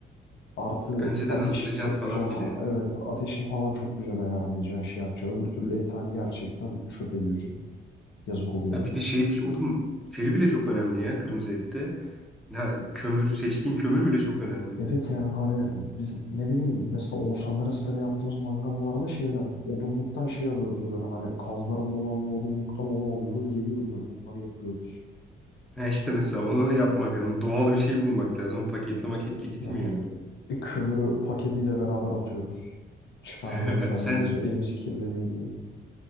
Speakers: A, on the left; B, in the centre.
A: artı
B: Önceden
A: ateşin
B: hazırlayacaksın
A: çok
B: falan
A: güzel ha-
B: bir de.
A: evet ateşin falan çok güzel ayarlayacaksın şey yapacaksın. Öbür türlü et hani gerçekten çöp ediyorsun. Yazık oluyor
B: Ya
A: et
B: bir de şey oğlum şey bile çok önemli ya kırmızı ette. Ya kömür seçtiğin kömür bile çok önemli.
A: Evet yani hani biz ne bileyim mesela Oğuzhanlara sitede yaptığımız mangallarda şeyden odunluktan şey alıyoruz böyle hani kazların dolandığı odunluktan odun alıyoruz geliyoruz hani onları yakıyoruz.
B: Ha işte mesela onu yapmak lazım. Doğal bir şey bulmak lazım. O paketli maketli gitmiyor.
A: Yani e, kömürü paketiyle beraber atıyoruz. Çıkarmaya
B: <laughs>
A: üşendiğimiz
B: Sen
A: için elimiz kirleniyor diye.